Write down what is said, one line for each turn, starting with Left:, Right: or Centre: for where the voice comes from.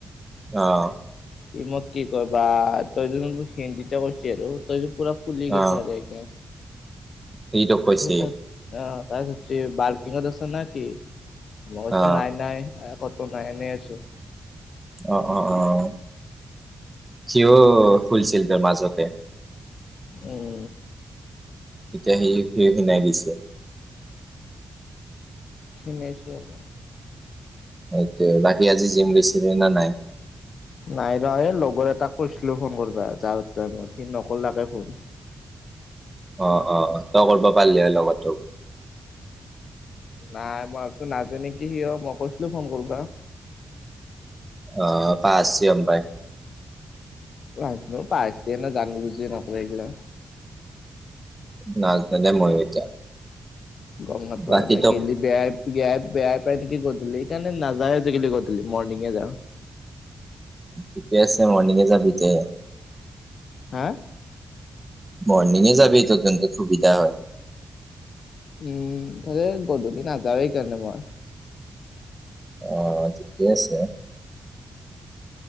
Right: অ'।
Left: ই মোক কি কয় বা তই য হিন্দীতে কৈছি আৰু তই যোৰ পুৰা ফুলি
Right: অ
Left: গৈছা যাইকে।
Right: সিটো কৈছে
Left: তাত আহ তাত বাৰ্কিঙত আছে না কি। মই কৈছো
Right: অ
Left: নাই নাই কতো নাই এনেই আছো।
Right: অ', অ', অ', হিউ য ফুলছিল তই মাজতে।
Left: উম
Right: এতিয়া সেই সিও খীণাই গৈছে
Left: খিনাইছো অলপ।
Right: সেইটোয়ে বাকী আজি জিম গৈছিলি না নাই।
Left: নাই ৰ এই লগৰ এটাক কৈছিলো ফোন কৰিবা যাৱাৰ টাইমত সি নকলাকে ফোন।
Right: অ অ তই কৰিব পাৰিলি হয় লগৰতোক
Left: নাই মই ভাবিছোঁ নাজায় নেকি সিও মই কৈছিলো ফোন কৰবা।
Right: অ পাচি হম পাই।
Left: নাজনো পাহাচি এ না জানি বুজি নকৰে এইগিলা।
Right: নাজনো দেই মইও এতিয়া
Left: গম নাপাও
Right: বাকী
Left: মই
Right: তই
Left: গেলি। বেয়াই বেয়াই বেয়াই পাই নেকি গধূলি সেইকাৰণে নাযাও এ আজিকালি গধূলি মৰ্ণিঙে যাওঁ
Right: ঠিকে আছে মৰ্ণিঙে যাবি দে।
Left: হা
Right: মৰ্নিঙে যাবি তোৰ তেন্তে সুবিধা হয়।
Left: উম তাকে গধূলি নাযাও এ এইকাৰণে মই
Right: অ ঠিকে আছে